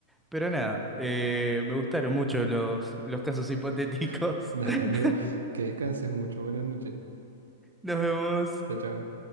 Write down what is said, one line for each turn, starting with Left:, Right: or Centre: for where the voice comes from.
Centre: Pero nada, eh, me gustaron mucho los, los casos hipotéticos.
Right: <laughs> Dale,
Centre: <laughs>
Right: amigo, que descanses mucho. Buenas noches.
Centre: Nos vemos.
Right: Chao, chao.